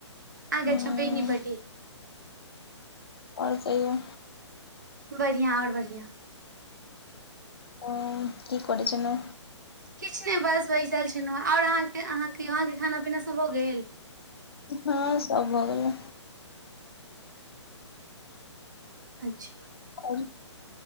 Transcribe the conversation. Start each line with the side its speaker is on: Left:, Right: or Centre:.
Right: आगे
Left: हूँ
Right: छ बेनीपट्टी
Left: आओर कहियो
Right: बढ़िआं आओर बढ़िआं
Left: ओ की करै छलौ
Right: किछ ने बस बैसल छलहुँँ आओर अहाँके अहाँके आहाँके खाना पीना सब भऽ गेल
Left: हँ सब भऽ गेलै
Right: अच्छा
Left: आओर